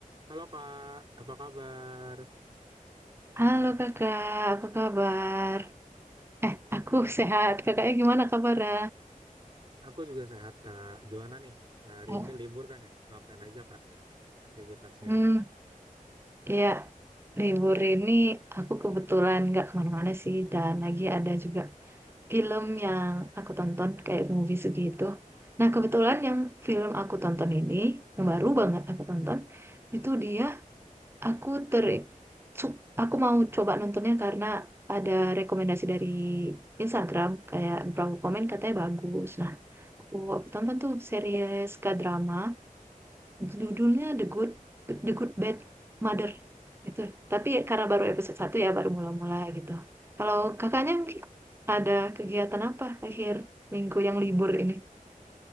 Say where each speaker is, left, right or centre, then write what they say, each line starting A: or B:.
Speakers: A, on the right; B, on the right.
A: Halo Kak, apa kabar?
B: Halo kakak, apa kabar? Eh, aku <laughs> sehat. Kakaknya gimana kabarnya?
A: Aku juga sehat Kak. Gimana nih? Hari
B: Oh,
A: ini libur kan ya? Ngapain aja Kak aktivitasnya?
B: Hmm, ya, libur ini aku kebetulan nggak kemana-mana sih. Dan lagi ada juga film yang aku tonton kayak movie segitu. Nah, kebetulan yang film aku tonton ini, yang baru banget aku tonton, itu dia aku ter... su- Aku mau coba nontonnya karena ada rekomendasi dari Instagram. Kayak beberapa komen katanya bagus. Nah, Oh, aku tonton tuh series K-drama, judulnya The Good The Good Bad Mother. Itu. Tapi karena baru episode satu ya, baru mula-mula gitu. Kalau kakaknya mungkin ada kegiatan apa akhir minggu yang libur ini?